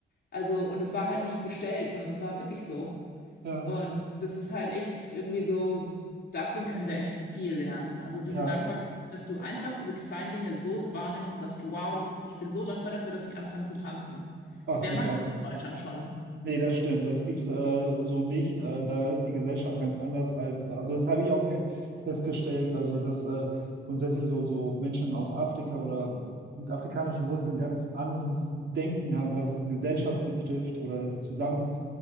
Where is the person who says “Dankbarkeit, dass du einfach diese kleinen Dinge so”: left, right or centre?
Left